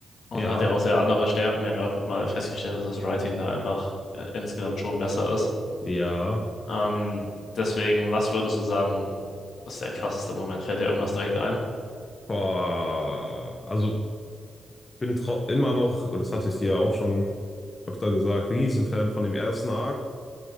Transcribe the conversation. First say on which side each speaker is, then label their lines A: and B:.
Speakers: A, on the left; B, on the left.
A: und
B: Ja,
A: hat ja auch sehr andere Stärken. Wir haben ja auch mal festgestellt, dass das Writing da einfach äh, insgesamt schon besser ist.
B: ja.
A: Ähm, deswegen, was würdest du sagen, ist der krasseste Moment? Fällt dir irgendwas direkt ein?
B: Boah. Also bin tro- immer noch, und das hatte ich dir ja auch schon öfter gesagt, Riesenfan von dem ersten Arc.